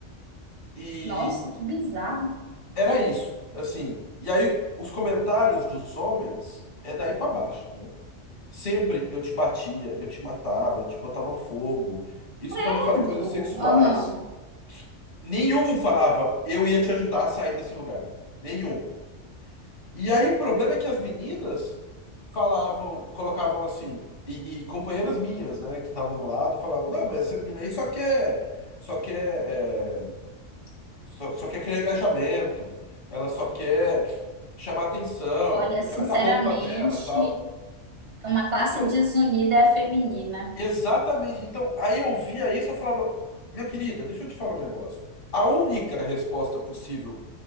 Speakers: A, on the left (about 50°); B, on the right (about 65°).
A: E
B: Nossa, que bizarro.
A: era isso, assim. E aí, os comentários dos homens é daí pra baixo, né? Sempre eu te batia, eu te matava, eu te botava fogo. Isso
B: Credo.
A: pra não falar em coisas sexuais.
B: Aham.
A: Nenhum falava, eu ia te ajudar a sair desse lugar. Nenhum. E aí, o problema é que as meninas falavam, colocavam assim, e, e companheiras minhas, né, que estavam do lado, falavam, não, mas essa menina aí só quer, só quer. eh, Só, só quer criar engajamento, ela só quer chamar atenção,
B: Olha,
A: porque
B: sinceramente,
A: olha a roupa dela, tal.
B: uma classe
A: Então,
B: desunida é a feminina.
A: exatamente. Então, aí eu via isso, eu falava, minha querida, deixa eu te falar um negócio. A única resposta possível